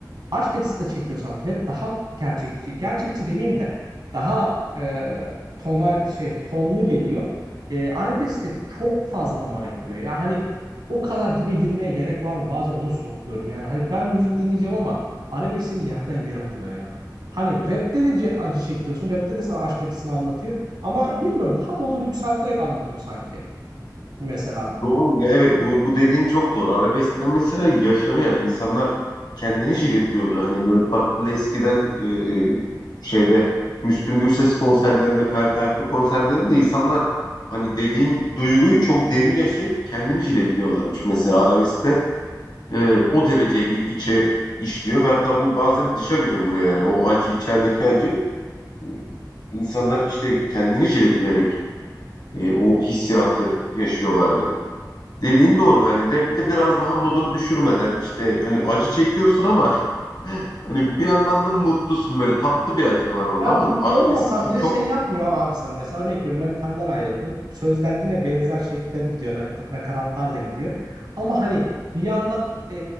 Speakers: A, on the right; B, on the left.
A: aşk acısı da çekiyorsan rap daha gerçekçi. Gerçekçi demeyeyim de daha eee tona şey tonlu geliyor. Eee arabesk de çok fazla damara gidiyor. Ya hani o kadar dibe girmeye gerek var mı? Bazen onu sorguluyorum. Yani hani ben müzik dinleyeceğim ama arabesk seni yerden yere vuruyor ya. Hani rap'te de ce- acı çekiyorsun. Rap'te de sana aşk acısını anlatıyor. Ama bilmiyorum daha modunu yükselterek anlatıyor sanki. Mesela
B: Doğru. Ya Evet bu, bu dediğin çok doğru. Arabeskte mesela yaşanıyor. Yani insanlar kendini jiletliyordu. Hani dönüp baktığında eskiden e, e, şeyde Müslüm Gürses konserlerinde, Ferdi Tayfur konserlerinde insanlar hani dediğin duyguyu çok derin yaşayıp kendini jiletliyorlarmış. Mesela arabeskte e, o derece bir içe işliyor ve hatta bu bazen dışa bile vuruyor. Yani o acı, içerideki acı e, insanlar işte kendini jiletleyerek e, o hissiyatı yaşıyorlardı. Dediğin doğru yani rapte biraz daha modunu düşürmeden işte hani acı çekiyorsun ama <laughs> hani bir yandan da mutlusun böyle tatlı bir acı var orada
A: Ya
B: ama
A: mutlu
B: arabesk
A: olmasan
B: çok
A: bile
B: çok
A: şey yapmıyor ama abi sen mesela örnek veriyorum manitandan ayrıldın. Sözler yine benzer şekilde gidiyor. Nakat, nakaratlar da gidiyor. Ama hani bir yandan e,